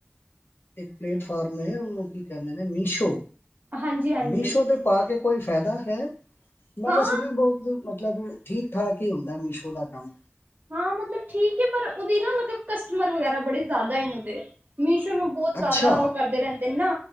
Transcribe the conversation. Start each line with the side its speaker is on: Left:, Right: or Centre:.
Left: ਇੱਕ ਪਲੇਟਫਾਰਮ ਹੈ ਉਹਨੂੰ ਕੀ ਕਹਿੰਦੇ ਨੇ ਮੀਸ਼ੋ।
Right: ਹਾਂਜੀ ਹਾਂਜੀ
Left: ਮੀਸ਼ੋ ਤੇ ਪਾ ਕੇ ਕੋਈ ਫਾਇਦਾ ਹੈ। ਮੈਂ
Right: ਹਾਂ
Left: ਤਾਂ ਸੁਣਿਆ ਬਹੁਤ ਮਤਲਬ ਠੀਕ- ਠਾਕ ਹੀ ਹੁੰਦਾ ਮੀਸ਼ੋ ਦਾ ਕੰਮ।
Right: ਹਾਂ ਮਤਲਬ ਠੀਕ ਹੈ ਪਰ ਉਹਦੀ ਨਾ ਮਤਲਬ ਕਸਟਮਰ ਵਗੈਰਾ ਬੜੇ ਜ਼ਿਆਦਾ ਹੁੰਦੇ ਐ। ਮੀਸ਼ੋ ਨੂੰ ਬਹੁਤ ਜ਼ਿਆਦਾ
Left: ਅੱਛਾ
Right: ਉਹ ਕਰਦੇ ਰਹਿੰਦੇ ਨੇ ਨਾ,